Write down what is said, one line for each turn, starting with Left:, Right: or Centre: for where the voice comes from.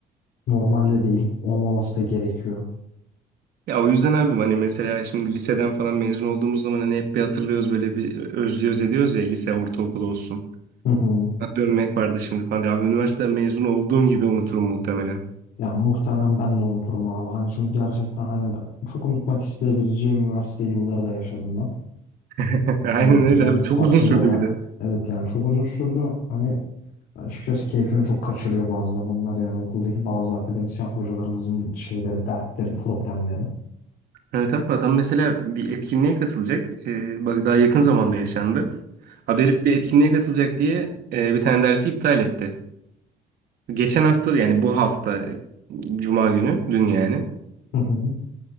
Left: Normalde değil. Olmaması da gerekiyor.
Right: Ya o yüzden abim hani mesela şimdi liseden falan mezun olduğumuz zaman hani hep bir hatırlıyoruz böyle bir özlüyoruz ediyoruz ya lise ortaokul olsun.
Left: Hı hı.
Right: Ha, dönmek vardı şimdi falan diye. Abi üniversiteden mezun olduğum gibi unuturum muhtemelen.
Left: Ya muhtemelen ben de unuturum abi. Hani çünkü gerçekten hani çok unutmak isteyebileceğim üniversite yılları da yaşadım ben.
Right: <laughs> Aynen
Left: Hani
Right: öyle
Left: birazcık
Right: abi çok
Left: tatsız
Right: uzun sürdü
Left: olarak.
Right: bir de.
Left: Evet yani çok uzun sürdü. Hani açıkçası keyfimi çok kaçırıyor bazı zamanlar. Yani okuldaki bazı akademisyen hocalarımızın şeyleri, dertleri, problemleri.
Right: Evet abi adam mesela bir etkinliğe katılacak. Ee, bak daha yakın zamanda yaşandı. Abi herif bir etkinliğe katılacak diye e, bir tane dersi iptal etti. Geçen hafta yani bu hafta Cuma günü dün yani.
Left: Hı hı.